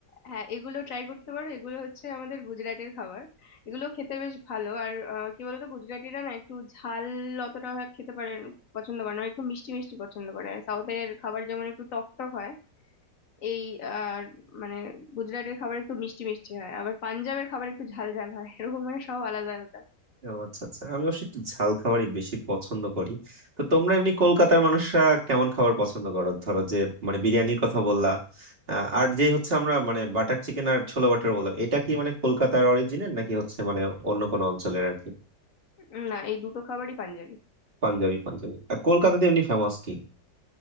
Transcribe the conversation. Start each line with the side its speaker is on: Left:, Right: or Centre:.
Left: হ্যাঁ এগুলো ট্রাই করতে পারো এগুলো হচ্ছে আমাদের গুজরাটের খাবার এগুলো খেতে বেশ ভালো আর আহ, কি বলতো গুজরাটিরা না একটু ঝাল অতটা হয়- খেতে পারে পছন্দ করে না ওরা একটু মিষ্টি মিষ্টি পছন্দ করে সাউথের খাবার যেমন একটু টক টক হয় এই আর মানে গুজরাটের খাবার একটু মিষ্টি মিষ্টি হয় আবার পাঞ্জাবের খাবার একটু ঝাল ঝাল হয় এরকম মানে সব আলাদা আলাদা
Right: ও আচ্ছা আচ্ছা আমি অবশ্যই একটু ঝাল খাবারই বেশি পছন্দ করি তো তোমরা এমনি কলকাতার মানুষরা কেমন খাবার পছন্দ করো ধরো যে মানে বিরিয়ানির কথা বললা আহ, আর যে হচ্ছে আমরা মানে বাটার চিকেন আর ছোলা বাটার বললাম এটা কি মানে কলকাতার অরিজিনের নাকি হচ্ছে মানে অন্য কোনো অঞ্চলের আর কি
Left: উম, না এই দুটো খাবারই পাঞ্জাবি
Right: পাঞ্জাবি পাঞ্জাবি আর কলকাতাতে এমনি ফেমাস কি